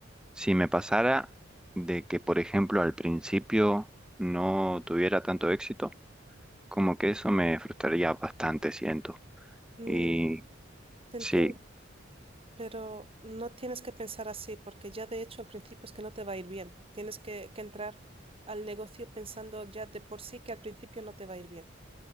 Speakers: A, in the centre; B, on the right (about 30°).
A: si me pasara de que, por ejemplo, al principio no tuviera tanto éxito, como que eso me frustraría bastante, siento.
B: Mm,
A: Y
B: te entiendo,
A: sí,
B: pero no tienes que pensar así, porque ya de hecho al principio es que no te va a ir bien. Tienes que, que entrar al negocio pensando ya de por sí que al principio no te va a ir bien.